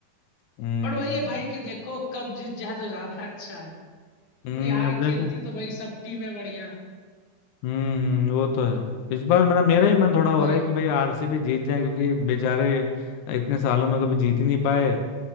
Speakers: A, on the left; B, on the left.
A: हम्म
B: पर वही है भाई कि देखो कब जीत जाए तो ज्यादा अच्छा है क्योंकि
A: हम्म
B: हार
A: अब
B: खेलती
A: देखो
B: तो भाई सब टीमें बढ़िया
A: हम्म वो तो है इस बार मेरा मेरा ही मन थोड़ा हो
B: भाई
A: रहा है कि भाई आरसीबी जीत जाए क्योंकि बेचारे इतने सालों में कभी जीत ही नहीं पाए